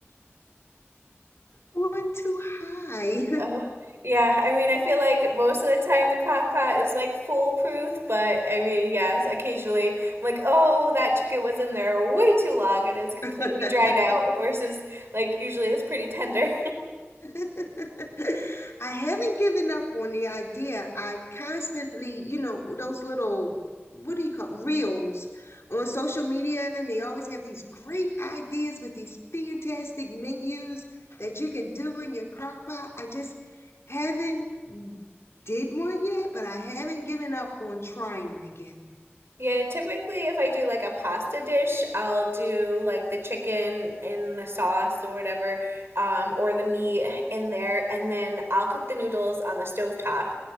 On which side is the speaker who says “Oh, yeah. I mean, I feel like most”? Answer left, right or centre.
Right